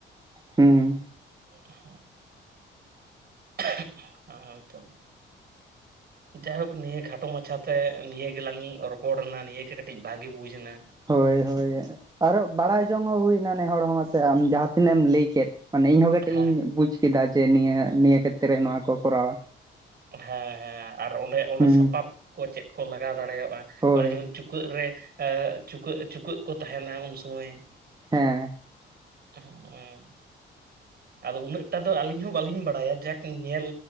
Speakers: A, on the right (about 20°); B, on the right (about 50°).
A: ᱦᱩᱸ,
B: ᱦ ᱦᱮ ᱛᱚ <unintelligible>
A: <inaudible>
B: ᱡᱟᱭᱦᱳᱠ ᱱᱤᱭᱟᱹ ᱠᱷᱟᱴᱚ ᱢᱟᱪᱷᱟᱛᱮ ᱱᱤᱭᱟᱹ ᱜᱮᱞᱟᱝ ᱨᱚᱯᱚᱲ ᱮᱱᱟ ᱱᱤᱭᱟᱹᱜᱮ ᱠᱟᱹᱴᱤᱡ ᱵᱷᱟᱜᱤ ᱵᱩᱡ ᱮᱱᱟ᱾
A: ᱦᱳᱭ ᱦᱳᱭ, ᱟᱨᱚ ᱵᱟᱲᱟᱭ ᱡᱚᱝ ᱦᱚᱸ ᱦᱩᱭᱱᱟ ᱱᱮ ᱦᱚᱲ ᱦᱚᱸ ᱢᱟᱥᱮ ᱟᱢ ᱡᱟᱦᱟᱸ ᱛᱤᱱᱟᱹᱜ ᱮᱢ ᱞᱟᱹᱭ ᱠᱮᱫ᱾ ᱢᱟᱱᱮ ᱤᱧᱦᱚᱸ ᱠᱟᱹᱴᱤᱡ
B: ᱦᱮᱸ
A: ᱤᱧ ᱵᱩᱡᱽ ᱠᱮᱫᱟ ᱡᱮ, ᱱᱤᱭᱟᱹ ᱱᱤᱭᱟᱹ ᱠᱷᱮᱛᱨᱮ ᱱᱚᱣᱟ ᱠᱚ ᱠᱚᱨᱟᱣᱟ,
B: ᱦᱮᱸ ᱦᱮᱸ ᱟᱨ ᱚᱸᱰᱮ ᱚᱱᱮ
A: ᱦᱩᱸ
B: ᱥᱟᱯᱟᱵ ᱠᱚ ᱪᱮᱫ ᱠᱚ ᱞᱟᱜᱟᱣ ᱫᱟᱲᱮᱭᱟᱜᱼᱟ,
A: ᱦᱳᱭ
B: ᱚᱱᱮ ᱡᱮᱢᱚᱱ ᱪᱩᱯ ᱪᱩᱠᱟᱹᱜ ᱨᱮ ᱪᱩᱠᱟᱹᱜ ᱪᱩᱠᱟᱹᱜ ᱠᱚ ᱛᱟᱦᱮᱱᱟ ᱩᱱ ᱥᱚᱢᱚᱭ
A: ᱦᱮᱸ
B: <inaudible> ᱦᱩᱸᱻ ᱟᱫᱚ ᱩᱱᱟᱹᱜ ᱴᱟ ᱫᱚ ᱟᱹᱞᱤᱧ ᱦᱚᱸ ᱵᱟᱹᱞᱤᱧ ᱵᱟᱲᱟᱭᱟ ᱡᱟᱠ ᱧᱮᱞ